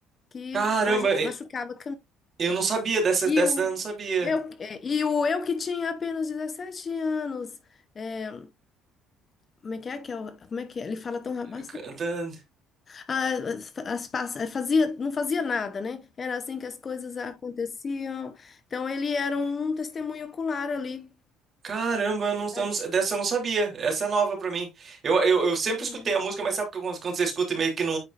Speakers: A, on the left (about 30°); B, on the right (about 40°).
A: que
B: Caramba,
A: maju-
B: e-
A: machucava a
B: eu não sabia dessa
A: e
B: dessa
A: o
B: eu não sabia.
A: eu, é, e o eu que tinha apenas 17 anos. é, como é que é que é? Como é que é? Ele fala tão rápido.
B: Cantando.
A: Ah, as- as pass- é, fazia, não fazia nada, né? Era assim que as coisas aconteciam. Então ele era um testemunho ocular ali.
B: Caramba, eu não,
A: É,
B: eu não- dessa eu não sabia. Essa é nova pra mim. Eu, eu, eu sempre
A: é.
B: escutei a música, mas sabe que quando quando você escuta e meio que não,